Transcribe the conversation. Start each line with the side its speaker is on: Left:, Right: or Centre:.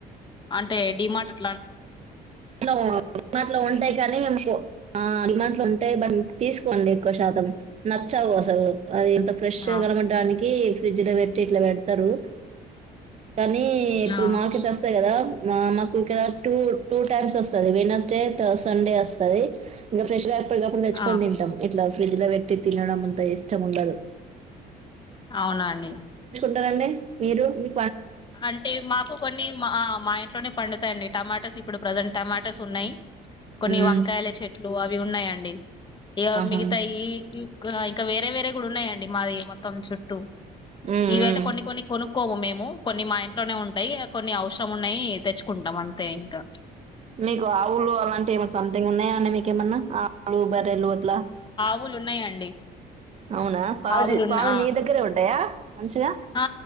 Left: అంటే డిమాటర్
Right: అవునం డిమాంట్లో ఉంటాయి కానీ మేము డిమాట్లు ఉంటాయి బ తీసుకోండి ఎక్కువ శాతం నచ్చవు అసలు అది ఇంత ఫ్రెష్
Left: ఆ
Right: గడమడానికి ఫ్రిడ్జ్ లో పెట్టి ఇట్లా పెడతారు కానీ ఇప్పుడు
Left: ఆ
Right: మార్కెట్ వస్తాయి కదా మా మాకు కద టూ టూ టైమ్స్ వస్తుంది వెనస్డే సండే వస్తుంది ఇంకా ఫ్రెష్ గా ఎప్పుడుగాప్పుం తెచ్చుకొని
Left: ఆ
Right: తింటాం ఇట్లా ఫ్రిడ్జ్ లో పెట్టి తినడం అంత ఇష్టం ఉండదు
Left: అవునాండి
Right: ారండి మీరు మీ
Left: అంటే మాకు కొన్ని మా మా ఇంట్లోనే పండుతాయిడి టమాటాస్ ఇప్పుడు ప్రజెంట్ టమాటాస్ ఉన్నాయి కొన్ని
Right: హ్మ్.
Left: వంకాయల చెట్లు అవి ఉన్నాయండి ఇక
Right: ఆహా!
Left: మిగతా ఈ ఇంకా వేరే వేరే కూడా ఉన్నాయండి మాది మొత్తం చుట్టూ
Right: హ్మ్.
Left: ఇవయితే
Right: హ్మ్.
Left: కొన్ని కొన్ని కొను కోము మేము కొన్ని మా ఇంట్లోనే ఉంటాయి కొన్ని అవసరం ఉన్నాయి తెచ్చుకుంటాం అంతే ఇంకా
Right: మీకు ఆవులు అలాంటివి ఏమో సంథింగ్ ఉన్నాయా అండి మీకుేమన్నా ఆవులు బర్రెలు అట్లా
Left: బలు ఉన్నాయండి
Right: అవునా పా
Left: ఆవులున్న
Right: పాలు
Left: ఆ
Right: మీ దగ్గరే ఉంటాయా మంచిగా
Left: ఆ